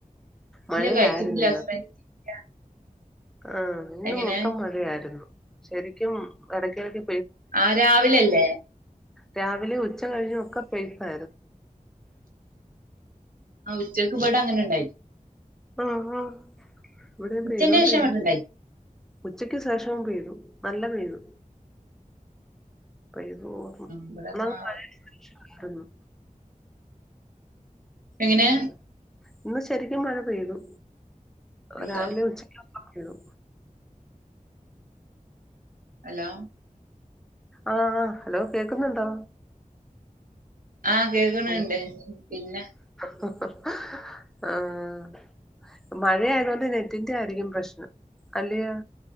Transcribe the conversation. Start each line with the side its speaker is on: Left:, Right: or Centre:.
Centre: മഴയായിരുന്നു
Right: ഇല്ല കഴിച്ചിട്ടില്ല <unintelligible>
Centre: ആം ഇന്ന്
Right: എങ്ങനെ
Centre: മൊത്തം മഴയായിരുന്നു ശരിക്കും ഇടക്കെടക്ക്
Right: ആ രാവിലെല്ലേ
Centre: രാവിലെ ഉച്ച കഴിഞ് ഒക്കെ പൈക്കായിരുന്നു
Right: ആ ഉച്ചക്ക് ബടെഅങ്ങനെ ഇണ്ടായി
Centre: ആ ആ ഇവടെ
Right: ഉച്ചന്റെ
Centre: പൈതോണ്ടിരിക്കായിരുന്നു
Right: ശേഷം ഇവിടെ ഉണ്ടായി
Centre: ഉച്ചക്ക് ശേഷം നല്ലോ പൈതു നല്ല പെയ്തു പെയ്തുതോർന്നു
Right: ഇവിടെല്ലാ
Centre: ന <unintelligible>
Right: എങ്ങനെ
Centre: ഉം ഇന്ന് ശരിക്കും മഴ പെയ്തു
Right: എന്താ
Centre: രാവിലെ ഉച്ചക്ക് ഒക്കെമഴ പെയ്തു
Right: അല്ല
Centre: ആ ഹലോ കേക്കുന്നുണ്ടോ
Right: അ കേക്ണണ്ട്
Centre: ഹലോ
Right: പിന്നെ അ
Centre: ആഹ് ഹ്.. ആം ആ മഴആയതൊണ്ട് നെറ്റിന്റെ ആയിരിക്കും പ്രശ്നം അല്ലയോ